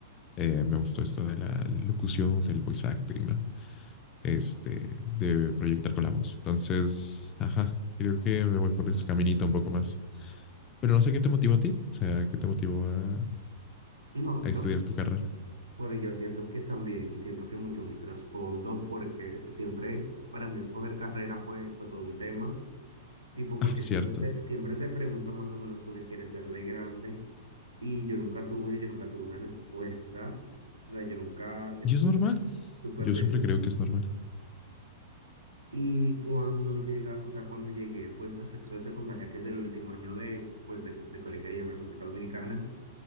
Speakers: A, on the left (about 30°); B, on the right (about 85°).
A: Eh, me gustó esto de la locución, del voice acting, ¿no? Este, de proyectar con la voz. Entonces, ajá, creo que me voy por ese caminito un poco más. Pero no sé qué te motivó a ti. O sea, qué te motivó a,
B: No,
A: a
B: lo,
A: estudiar tu carrera. <laughs>
B: pero yo siento que también, siento que mucho mi trasfondo, porque siempre para mí escoger carrera fue, fue todo un tema, tipo, porque
A: Ah, cierto.
B: siempre te, siempre te preguntan más o menos tú qué quieres ser de grande Y yo nunca tuve, yo nunca tuve una respuesta, o sea, yo nunca estuve
A: Y es normal.
B: súper
A: Yo
B: decidido.
A: siempre creo que es normal.
B: Y cuando llega, o sea, cuando llegué pues a sexto de secundaria, que es el último año de, pues, de, de colegio ahí en República Dominicana,